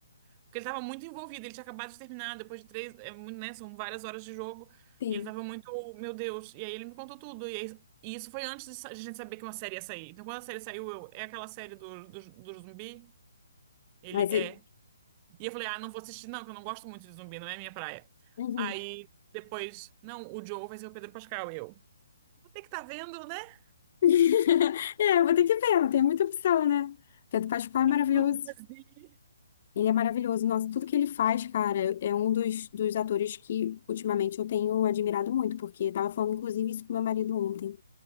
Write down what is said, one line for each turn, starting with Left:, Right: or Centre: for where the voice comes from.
Right: Porque ele tava muito envolvido, ele tinha acabado de terminar, depois de três, é, mu- né, são várias horas de jogo.
Left: Sim,
Right: E ele tava muito, meu Deus. E aí ele me contou tudo. E, aí- e isso foi antes de, sa- de a gente saber que uma série ia sair. Então quando a série saiu, eu: É aquela série do, do, do zumbi? Ele
Left: mas.
Right: é.
Left: é-
Right: E eu falei: Ah, não vou assistir, não, que eu não gosto muito de zumbi, não é minha praia.
Left: Uhum.
Right: Aí depois, não, o Joe vai ser o Pedro Pascal, eu. Tem que estar vendo, né? O
Left: <laughs> É, eu vou ter que ver, não tem muita opção, né? Pedro Pascal é
Right: que
Left: maravilhoso.
Right: que eu posso fazer?
Left: Ele é maravilhoso. Nossa, tudo que ele faz, cara, é um dos, dos atores que ultimamente eu tenho admirado muito, porque eu tava falando, inclusive, isso com meu marido ontem.